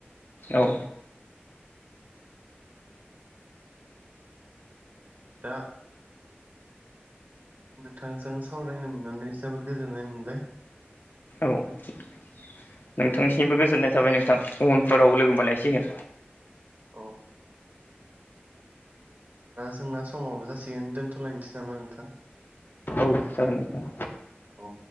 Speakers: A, on the left (about 55°); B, on the right (about 45°).
A: औ
B: दा नोंथांजों सावरायनो मोननानै जोबोद गोजोननाय मोनबाय
A: औ नोंथांनिसिमबो गोजोननाय थाबाय नोंथां उनफोराव लोगो मोनलायसिगोन
B: औ दा जोंना समावबो जासिगोन दोन्थ'लायनोसै नामा नोंथां
A: औ जागोन नोंथां
B: औ